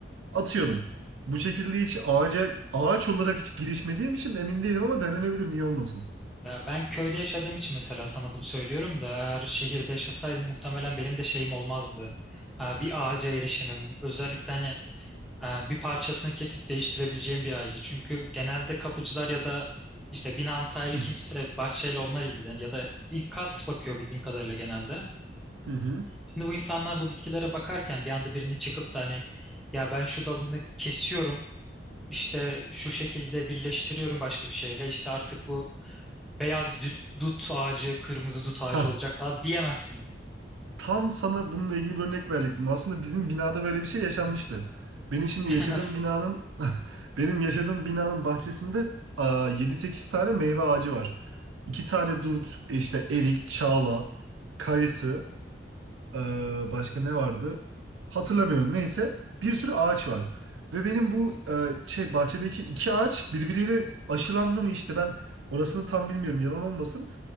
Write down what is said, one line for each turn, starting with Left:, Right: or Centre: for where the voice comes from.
Right: Atıyordum. Bu şekilde hiç ağaca ağaç olarak hiç girişmediğim için emin değilim ama denenebilir niye olmasın.
Centre: Ya ben köyde yaşadığım için mesela sana bunu söylüyorum da eğer şehirde yaşasaydım muhtemelen benim de şeyim olmazdı. Aa, Bir ağaca erişimim. Özellikle hani e, bir parçasını kesip değiştirebileceğim bir ağacı. Çünkü genelde kapıcılar ya da işte binanın sahibi
Right: Hı
Centre: kimse bahçeyle onlar ilgilenir ya da ilk kat bakıyor bildiğim kadarıyla genelde.
Right: hı.
Centre: Şimdi bu insanlar bu bitkilere bakarken bir anda birinin çıkıp da hani ya ben şu dalını kesiyorum işte şu şekilde birleştiriyorum başka bir şeyle işte artık bu beyaz dut, dut ağacı kırmızı dut ağacı
Right: Hah.
Centre: olacak falan diyemezsin.
Right: Tam sana bununla ilgili bir örnek verecektim. Aslında bizim binada böyle bir şey yaşanmıştı.
Centre: Hı hı.
Right: Benim şimdi
Centre: <laughs>
Right: yaşadığım
Centre: Nasıl?
Right: binanın <laughs> benim yaşadığım binanın bahçesinde aa, 7-8 tane meyve ağacı var. 2 tane dut, işte erik, çağla, kayısı. Ee, başka ne vardı? Hatırlamıyorum. Neyse. Bir sürü ağaç var. Ve benim bu e, şey bahçedeki iki ağaç birbiriyle aşılandı mı işte ben orasını tam bilmiyorum yalan olmasın.